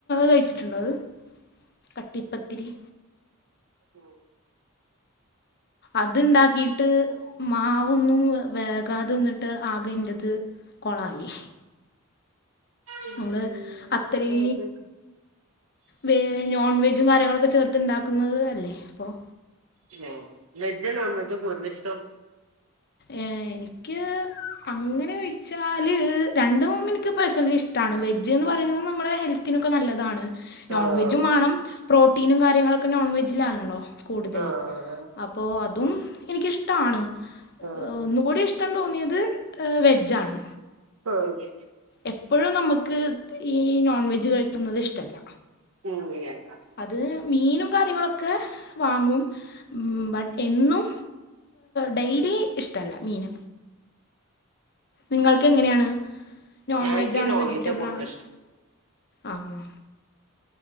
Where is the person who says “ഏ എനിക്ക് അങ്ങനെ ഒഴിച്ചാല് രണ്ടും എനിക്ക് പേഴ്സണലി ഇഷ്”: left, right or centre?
Left